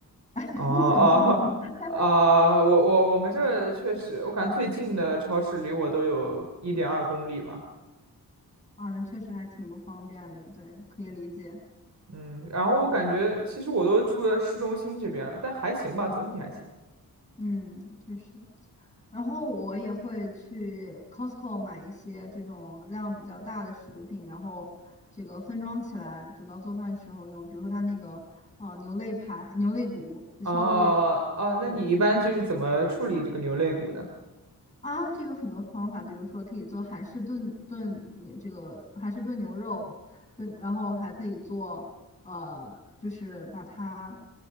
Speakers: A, on the left; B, on the right.
A: <laughs>
B: 哦哦啊，
A: 一想就是你们，
B: 我我我们这儿确实，我感觉最近的超市离我都有一点二公里吧。
A: 啊，那确实还挺不方便的，对，可以理解。
B: 嗯，然后我感觉其实我都住在市中心这边了，但还行吧，总体还行。
A: 嗯，确实。然后我也会去 Costco 买一些这种量比较大的食品，然后这个分装起来，等到做饭时候用。比如说它那个呃牛肋排、牛肋骨，就烧猪肋，
B: 哦哦，那你一般就是怎么处理这个牛肋骨呢？
A: 对，啊，这个很多方法，比如说可以做韩式炖炖这个韩式炖牛肉，炖，然后还可以做呃，就是把它